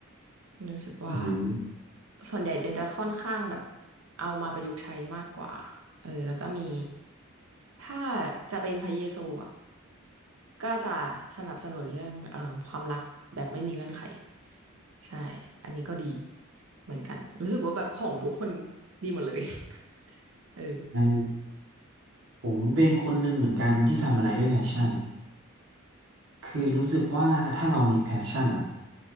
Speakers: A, on the right; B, on the right.
A: รู้สึกว่า
B: อืม
A: ส่วนใหญ่เจนจะค่อนข้างแบบเอามาประยุกต์ใช้มากกว่าเออแล้วก็มีถ้าจะเป็นพระเยซูอะก็จะสนับสนุนเรื่องเอ่อความรักแบบไม่มีเงื่อนไขใช่อันนี้ก็ดีเหมือนกันรู้สึกว่าแบบของทุกคนดีหมดเลย <laughs> เออ
B: งั้นผมเป็นคนหนึ่งเหมือนกันที่ทำอะไรด้วยแพชชั่นคือรู้สึกว่าถ้าเรามีแพชชั่นอ่ะ